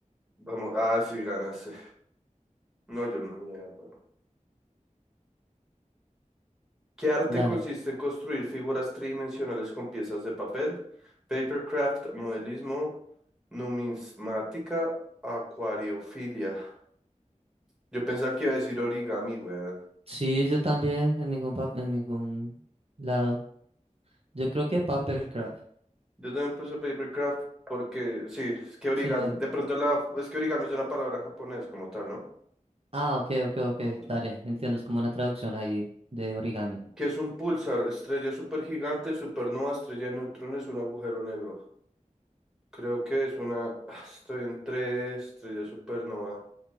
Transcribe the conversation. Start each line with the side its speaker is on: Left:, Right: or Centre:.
Centre: Vamos, ah, sí, ganaste. No, yo no. ni idea, weón. ¿Qué arte
Right: Dale.
Centre: consiste en construir figuras tridimensionales con piezas de papel? Papercraft, modelismo, numismática, acuariofilia. Yo pensaba que iba a decir origami, weón.
Right: Sí, yo también, en ningún pa- en ningún lado. Yo creo que Papercraft.
Centre: Yo también puse papercraft porque, sí, es que origami,
Right: Sí.
Centre: de pronto la, es que origami es una palabra en japonés como tal, ¿no?
Right: Ah, ok, ok, ok.
Centre: Mm.
Right: Dale, entiendo, es como una traducción ahí de origami.
Centre: Que es un pulsar, estrella supergigante, supernova, estrella de neutrones, un agujero negro. Creo que es una, <sighs> estoy entre estrella supernova,